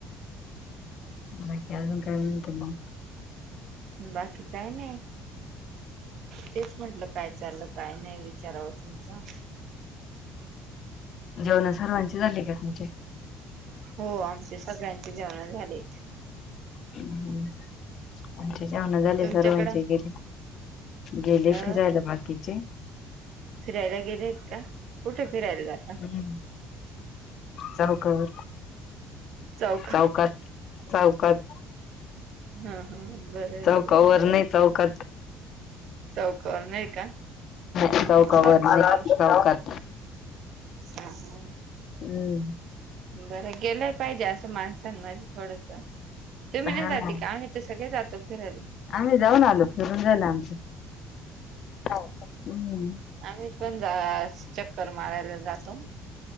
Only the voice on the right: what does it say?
बाकी काय नाही. तेच म्हटलं काय चाल काय नाही विचारावं तुमचं.
हो आमचे सगळ्यांची जेवण झाली.
तुमच्याकडं
अ
फिरायला गेलेत का कुठे फिरायला जाता?
चौक
हा हा बरोबर
आहे.
चौकरवर नाही का?
मला वाटलं चौ
हा हा
बरं गेलं पाहिजे असं माणसांमध्ये थोडस तुम्ही नाही
जाते
का आम्ही ते सगळे जातो फिरायला.
आम्हीच पण जा चक्कर मारायला जातो.